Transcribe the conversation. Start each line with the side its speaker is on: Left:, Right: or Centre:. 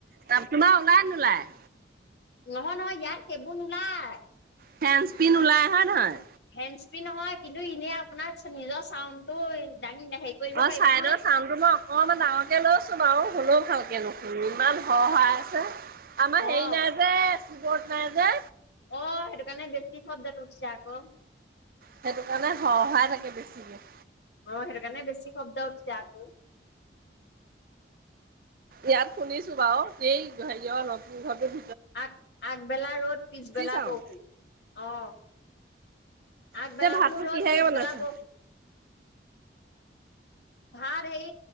Right: তাৰ তোমাৰ ওলাই নোলাই
Left: নহয় নহয় ইয়াৰ সেইবোৰ নোলায়
Right: ফেনস পিন ওলাই হয় নহয়
Left: হেছ্পি নহয় কিন্তু এনে আপোনাৰ নিজৰ চাউণ্ডটো দাঙি হেৰি কৰিব
Right: অ
Left: পাৰিব
Right: চাইদৰ
Left: নহয়
Right: চাউণ্ডটো মই অকনমান ডাঙৰকে লৈছো বাৰু শুনো ভালকে নুশুনো ইমান সহায় আছে
Left: অ
Right: আমাৰ হেৰি
Left: অ
Right: নাই যে কি বত মজ <inaudible>
Left: অ সেইটো কাৰণে বেছি শব্দত উঠছে আকৌ
Right: সেইটো কাৰণে সহায় থাকে বেছিকে
Left: অ সেইটো কাৰণে বেছি শব্দ হক
Right: ইয়াত শুনিছো বাৰু এই ভাই যা ন তো ভাবে
Left: আগ আগবেলা ৰ'দ পিছবেলা
Right: চাউণ্ড।
Left: বৰষুণ অ আগবেলা
Right: এতিয়া ভাতটো
Left: বোলো ৰ'দ
Right: কিহেৰে
Left: পিছবেলা
Right: বনাইছা?
Left: বৰষুণ ভাত সেই